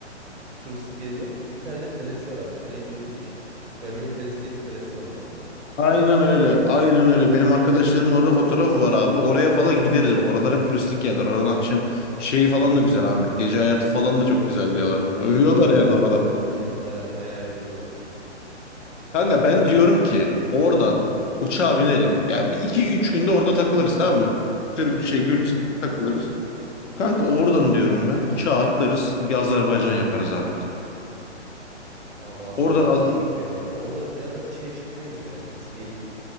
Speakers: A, on the right (about 65°); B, on the left (about 80°).
A: Turistik bir yeri yok. Bir tane de kalesi var abi. Bu kaleyi duydun mu hiç? Ganyo Kalesi diye bir kalesi var buranın.
B: Aynen öyle. Aynen öyle. Benim arkadaşlarımın orada fotoğrafı var abi. Oraya falan gideriz bak. Oralar hep turistik yerler. Oradan akşam şeyi falan da güzel Ahmet. Gece hayatı falan da çok güzel
A: Evet,
B: diyorlar.
A: evet buranın
B: Övüyorlar
A: gece hayatı
B: yani oraları
A: <laughs>
B: falan.
A: evet, baya baya övüyorlar.
B: Kanka ben diyorum ki oradan uçağa binelim. Ya bir iki üç günde orada takılırız tamam mı? Tır, şey
A: Okey.
B: Gürcistan takılırız. Kanka oradan diyorum ben uçağa atlarız. Bir Azerbaycan yaparız Ahmet.
A: Abi Azerbaycan
B: Oradan Az-
A: hiç gitmedim ya. Orada zaten şey çekmeyiz ya. Nasıl diyeyim?